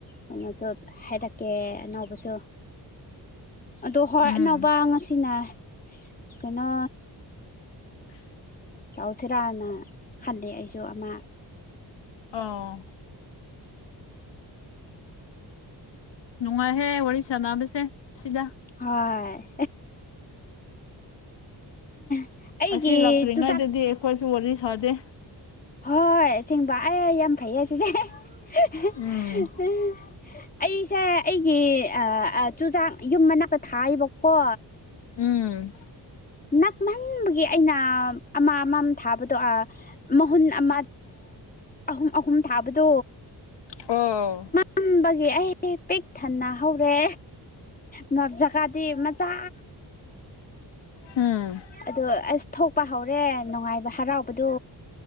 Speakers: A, on the left; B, on the left.
A: ꯀꯩꯅꯣꯁꯨ ꯍꯥꯏꯔꯛꯀꯦ ꯑꯅꯧꯕꯁꯨ ꯑꯗꯣ ꯍꯣꯏ
B: ꯎꯝ
A: ꯑꯅꯧꯕ ꯉꯁꯤꯅ ꯀꯩꯅꯣ
B: <inaudible>
A: ꯇꯩꯁꯤꯔꯥꯅ ꯈꯜꯂꯦ ꯑꯩꯁꯨ ꯑꯃ
B: ꯑꯣ ꯅꯨꯡꯉꯥꯏꯍꯦ ꯋꯥꯔꯤ ꯁꯥꯟꯅꯕꯁꯦ ꯁꯤꯗ
A: ꯍꯣꯏ <inaudible>
B: ꯑꯁꯤ ꯂꯥꯛꯇ꯭ꯔꯤꯉꯩꯗꯗꯤ
A: ꯆꯨꯖꯥꯛ
B: ꯑꯩꯈꯣꯏꯁꯨ ꯋꯥꯔꯤ ꯁꯥꯗꯦ
A: ꯍꯣꯏ ꯑꯁꯦꯡꯕ ꯑꯩ ꯌꯥꯝ ꯐꯩꯌꯦ ꯑꯁꯤꯁꯦ ꯑꯦꯍꯦ ꯑꯦꯍꯦ
B: ꯎꯝ
A: ꯑꯩꯁꯦ ꯑꯩꯒꯤ ꯑ ꯑ ꯆꯨꯖꯥꯛ ꯌꯨꯝ ꯃꯅꯥꯛꯇ ꯊꯥꯏꯕꯀꯣ
B: ꯎꯝ
A: ꯅꯛꯃꯟꯕꯒꯤ ꯑꯩꯅ ꯑꯃ ꯑꯝ ꯊꯥꯕꯗꯣ ꯑꯥ ꯃꯍꯨꯟ ꯑꯃ ꯑꯍꯨꯝ ꯑꯍꯨꯝ ꯊꯥꯕꯗꯣ
B: ꯑꯣ
A: ꯇꯨꯝꯕꯒꯤ ꯑꯩꯗꯤ ꯄꯤꯛ ꯊꯟꯅ ꯍꯧꯔꯦ ꯉ ꯖꯒꯥꯗꯤ ꯃꯆꯥ
B: ꯎꯝ
A: ꯑꯗꯣ ꯑꯁ ꯊꯣꯛꯄ ꯍꯧꯔꯦ ꯅꯨꯡꯉꯥꯏꯕ ꯍꯔꯥꯎꯕꯗꯣ